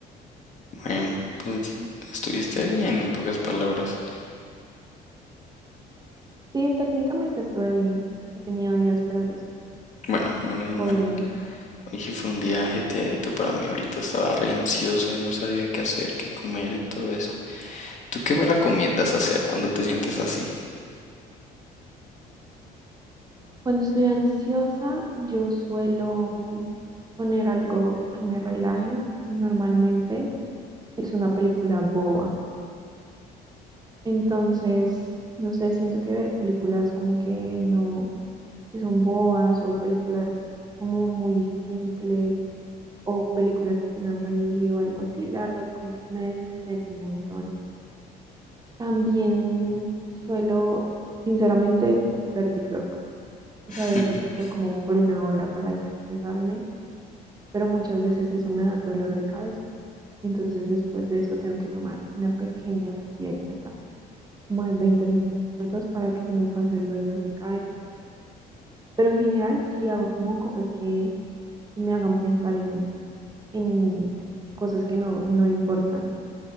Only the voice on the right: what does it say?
Sí, técnicamente estuve bien. He tenido días peores,
obviamente.
Cuando estoy ansiosa, yo suelo poner algo que me relaje y normalmente es una película boba. Entonces, no sé, siento que ver películas como que no, que son bobas o películas como muy simples o películas que tengan reír o algo así, la verdad como que me desestresa un montón. También suelo, sinceramente, ver TikTok. O
sea, veo TikTok como por una hora para desestresarme pero muchas veces eso me da dolor de cabeza. Entonces después de eso tengo que tomar una pequeña siesta, como de 20 minutos para que se me pase el dolor de cabeza. Pero en general sí hago como cosas que, que me hagan pensar en, en cosas que no, no importan.